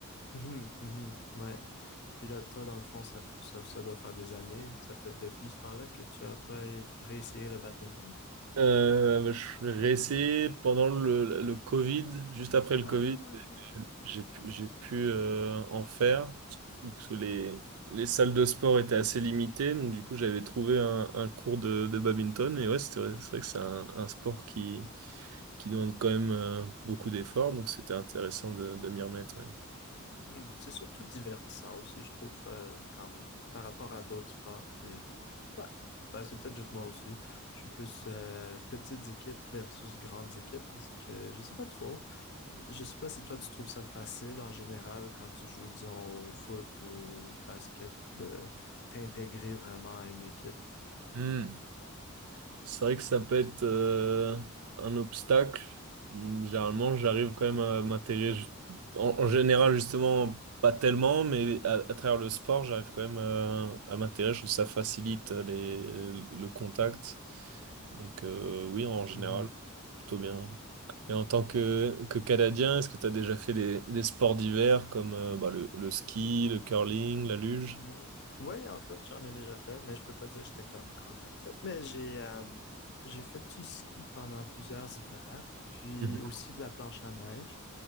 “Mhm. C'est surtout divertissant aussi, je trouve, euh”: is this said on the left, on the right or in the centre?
Left